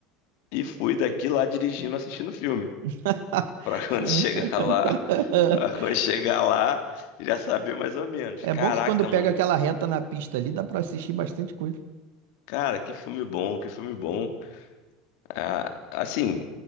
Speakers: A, on the left; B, on the right.
A: e fui daqui lá dirigindo, assistindo o filme.
B: <laughs>
A: Pra quando <laughs> chegar lá, pra quando chegar lá, já saber mais ou menos.
B: É
A: Caraca,
B: bom que quando pega
A: mano,
B: aquela reta na pista ali, dá pra assistir bastante coisa.
A: cara, que filme bom, que filme bom. Ah, assim,